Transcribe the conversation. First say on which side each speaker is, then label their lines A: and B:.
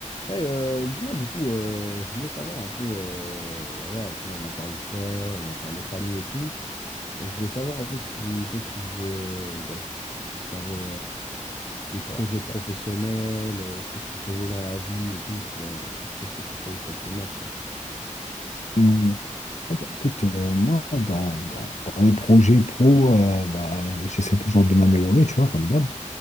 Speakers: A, on the left; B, on the left.
A: Hey, euh, dis-moi du coup, euh, je voulais savoir un peu, euh, bah voilà, tu vois, on a parlé sport, on a parlé famille et tout, mais je voulais savoir un peu si toi tu faisais, euh, bah, si tu avais des projets professionnels, euh, ce que tu faisais dans la vie et tout, tu vois, euh, qu'est-ce que tu fais exactement, tu vois.
B: Ouais. Ah bah, écoute, euh, moi, dans, dans, dans les projets pro, euh, bah, j'essaie toujours de m'améliorer, tu vois, comme d'hab.